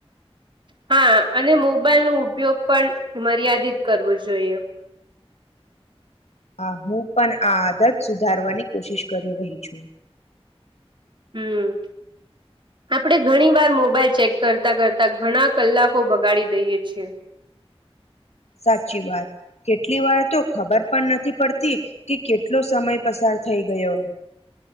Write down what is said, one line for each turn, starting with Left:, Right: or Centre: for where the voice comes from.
Right: હા અને મોબાઈલનો ઉપયોગ પણ મર્યાદિત કરવો જોઈએ
Left: હ હું પણ આ આદત સુધારવાની કોશિશ કરી રહી છુ.
Right: હમ આપણે ઘણી વાર મોબાઈલ ચેક કરતા કરતા ઘણા કલાકો બગાડી દઈએ છીએ.
Left: સાચી વાત કેટલી વાર તો ખબર પણ નથી પડતી કે કેટલો સમય પસાર થઈ ગયો.